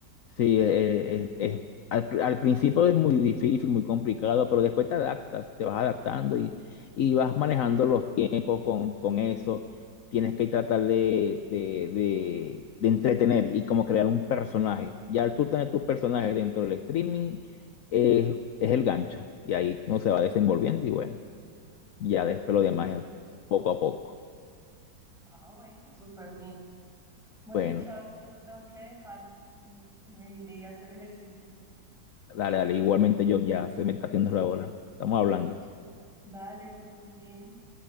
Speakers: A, on the left; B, in the centre.
A: sí. eh, eh, es- al, pr- al principio es muy difícil, muy complicado, pero después te adaptas, te vas adaptando y, y vas manejando los tiempos con, con eso. Tienes que tratar de, de, de, de entretener y como crear un personaje. Ya al tú tener tu personaje dentro del streaming, eh, es el gancho. Y ahí uno se va desenvolviendo y bueno, ya después lo demás
B: Claro.
A: es poco a poco.
B: Ah, bueno, súper bien. Bueno,
A: Bueno.
B: Charles, yo te tengo que dejar. Me, me iré a hacer ejercicio.
A: Dale, dale, igualmente yo ya soy meditación de la bola. Estamos hablando.
B: Dale, que estés muy bien.